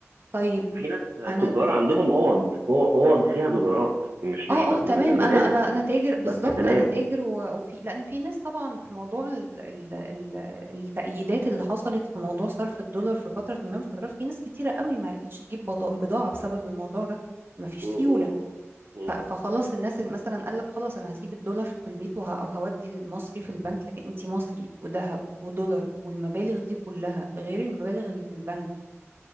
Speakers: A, on the right; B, on the right.
A: طيب
B: في ناس
A: أنا
B: تجار عندهم
A: د...
B: اوض أو- اوض فيها دولارات مش مش
A: اه
B: بك...
A: اه تمام
B: مش ببالغ
A: انا انا انا تاجر بالظبط
B: بس تمام
A: انا تاجر و- وفي لان في ناس طبعا في موضوع ال ال ال التأييدات اللي حصلت في موضوع صرف الدولار في فترة ما من الفترات في ناس كتيرة قوي ما عرفتش تجيب بضا- بضاعة بسبب الموضوع ده مفيش
B: مم.
A: سيولة
B: مم. مم.
A: ف- فخلاص الناس اللي مثلا قال لك خلاص انا هسيب الدولار في البيت وه... او هودي المصري في البنك لكن انت مصري وذهب ودولار والمبالغ دي كلها غير المبالغ اللي في البنك